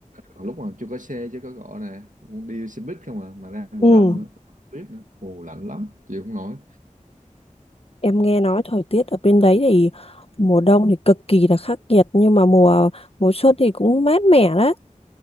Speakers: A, on the right; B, on the left.
A: lúc mà chưa có xe chứ có cọ nè cũng đi xe buýt không à mà ra mùa
B: ừ
A: đông nữa tuyết nữa ồ lạnh lắm chịu không nổi
B: Em nghe nói thời tiết ở bên đấy thì mùa đông thì cực kỳ là khắc nghiệt nhưng mà mùa mùa xuân thì cũng mát mẻ đấy.